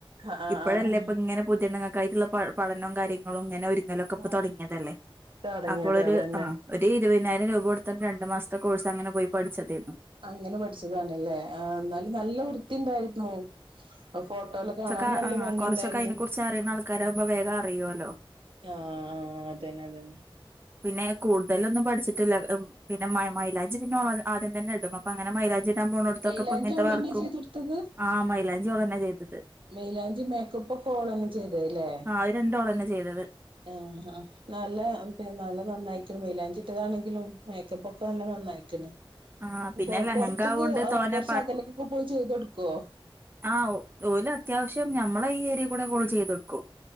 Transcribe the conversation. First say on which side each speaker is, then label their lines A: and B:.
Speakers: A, on the right; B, on the right.
A: ആഹ് ആഹ്
B: ഇപ്പഴല്ലേ ഇപ്പങ്ങനെ പുതണ്ണ്ങ്ങക്ക് ആയിട്ട്ള്ള പ പഠനും കാര്യങ്ങളും ഇങ്ങനെ ഒരുങ്ങലും കപ്പ്
A: ആഹ്
B: തൊടങ്ങിതല്ലേ
A: തുടങ്ങിയത്
B: അപ്പോളൊര്
A: അതന്നെ
B: ആഹ് ഒരു ഇരുതിനായിരം രൂപ കൊടുത്ത രണ്ടു മാസത്തെ കോഴ്സ് അങ്ങനെ പോയി പഠിച്ചതേരുന്നു
A: അങ്ങനെ പഠിച്ചതാണല്ലേ ആ ന്നാലും നല്ല വൃത്തി ഇണ്ടാരുന്നു ഫോട്ടോല് കാണാൻ
B: അ
A: നല്ല
B: ആ
A: ഭംഗി
B: കൊറച്ചൊക്കെ
A: ഉണ്ടായിരുന്നു
B: അയ്നെ കുറിച്ച് അറിണ ആൾക്കാര് ആവുമ്പോ വേഗം അറിയൊലൊ
A: ആ ആ അതന്നെ അതന്നെ
B: പിന്നെ കൂട്തലൊന്നും പഠിച്ചിട്ടില്ല പിന്നെ മൈ മൈലാജി പിന്നെ ഓള് ആദ്യം തന്നെ ഇടും അപ്പൊ അങ്ങനെ മൈലാജി ഇടാ പോണടത്തൊക്കെ
A: മൈലാഞ്ചി
B: ഇപ്പ ഇങ്ങൻത്ത
A: ഓളന്നെ
B: വർക്കും
A: ചെയ്ത് കൊടുത്തത്
B: ആഹ് മൈലാജി ഓളന്നെ ചെയ്തത്
A: മൈലാഞ്ചിം മേക്കപ്പൊക്കേ ഓളന്നേ ചെയ്തല്ലേ
B: ആഹ് അത് രണ്ടും ഓളന്നെ ചെയ്തത്
A: ആഹ ആ നല്ല നല്ല നന്നായിക്ക്ണ് മൈലാഞ്ചിട്ടതാ ണെങ്കിലും മേക്കപ്പൊക്കെ നല്ല നന്നാ ക്ക്ണ്
B: ആഹ് പിന്നെ
A: പൊർ
B: ലഹങ്ക
A: പാർത്ത്ക്ക്
B: ആവോണ്ട് തോനെ
A: കൊറച്ച് അകലക്കൊക്കെ പോയി ചെയ് തൊട്ക്കാ
B: ആ ഓല് അത്യാവിശ്യം ഞമ്മളെ ഈ ഏര്യകൂടൊക്കെ ഓള് ചെയ്തൊടുക്കും